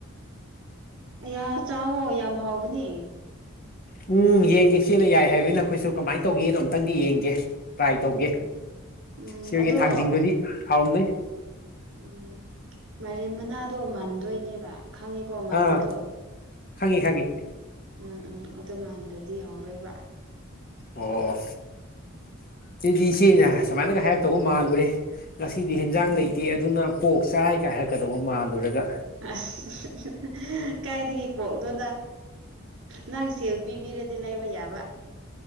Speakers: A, on the right; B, on the left.
A: ꯑꯣ ꯆꯥꯎꯋꯣ ꯌꯥꯝ ꯍꯥꯎꯕꯅꯤ
B: ꯎꯝ ꯌꯦꯡꯒꯦ ꯆꯦꯅ ꯌꯥꯏ ꯍꯥꯏꯕꯅꯤꯅ ꯑꯩꯈꯣꯏꯁꯨ ꯀꯃꯥꯏꯅ ꯇꯧꯒꯦꯗꯣ ꯑꯃꯝꯇꯪꯗꯤ ꯌꯦꯡꯒꯦ ꯇ꯭ꯔꯥꯏ ꯇꯧꯒꯦ
A: ꯎꯝ ꯎꯝ
B: ꯁꯤꯣꯏꯒꯤ
A: ꯑꯗꯣ
B: ꯊꯥꯡꯖꯤꯡꯗꯨꯗꯤ ꯍꯥꯎꯔꯝꯗꯣꯏ
A: ꯎꯝ ꯃꯔꯤ ꯃꯅꯥꯗꯣ ꯃꯥꯟꯗꯣꯏꯅꯦꯕ ꯈꯪꯉꯤꯀꯣ ꯃꯟꯥꯟꯕꯗꯣ
B: ꯑꯥ ꯈꯪꯉꯤ ꯈꯪꯉꯤ
A: ꯎꯝ ꯎꯝ ꯑꯗꯨꯃꯥꯟꯗꯗꯤ ꯍꯧꯔꯣꯏꯕ
B: ꯑꯣ ꯁꯤꯗꯤ ꯁꯤꯅ ꯁꯨꯃꯥꯏꯅꯒ ꯍꯥꯏꯔꯛꯇꯧꯕ ꯃꯥꯜꯂꯨꯔꯦ ꯉꯁꯤꯗꯤ ꯍꯦꯟꯖꯥꯡ
A: ꯎꯝ
B: ꯂꯩꯇꯦ ꯑꯗꯨꯅ ꯄꯣꯛ ꯆꯥꯏꯒ ꯍꯥꯏꯔꯀꯗꯧꯕ ꯃꯥꯜꯂꯨꯔꯒ
A: ꯑꯁ ꯀꯥꯏꯗꯒꯤ ꯄꯣꯛꯗꯣꯅ ꯅꯪꯁꯦꯜ ꯄꯤꯕꯤꯔꯗꯤ ꯂꯩꯕ ꯌꯥꯕ